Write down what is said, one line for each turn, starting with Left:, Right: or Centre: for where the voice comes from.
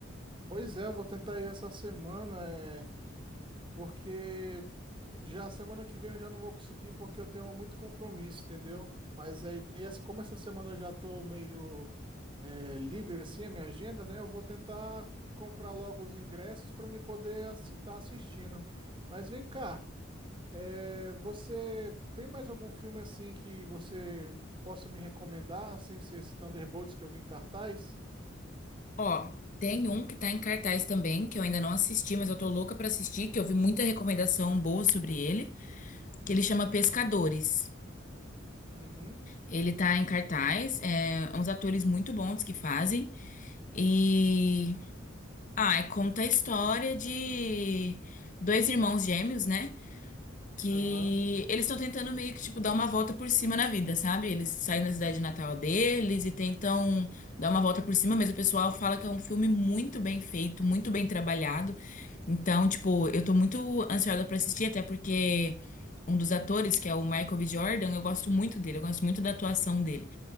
Right: Pois é, eu vou tentar ir essa semana, é, porque Já semana que vem eu já não vou conseguir porque eu tenho muito compromisso, entendeu? Mas aí, essa- como essa semana eu já tô meio é, livre assim, a minha agenda, né? Eu vou tentar comprar logo os ingressos para me poder estar assistindo. Mas vem cá, é, você tem mais algum filme assim que você possa me recomendar, sem ser esse Thunderbolts que eu vi em cartaz?
Left: Ó, tem um que tá em cartaz também, que eu ainda não assisti, mas eu tô louca pra assistir, que eu vi muita recomendação boa sobre ele, que ele chama Pescadores.
Right: Uhum.
Left: Ele tá em cartaz, é é uns atores muito bons que fazem, e... Ah, e conta a história de dois irmãos gêmeos, né? que
Right: Aham.
Left: eles estão tentando meio que, tipo, dar uma volta por cima na vida, sabe? Eles saem da cidade natal deles e tentam dar uma volta por cima, mas o pessoal fala que é um filme muito bem feito, muito bem trabalhado. Então, tipo, eu tô muito ansiosa pra assistir, até porque um dos atores, que é o Michael B. Jordan, eu gosto muito dele, eu gosto muito da atuação dele.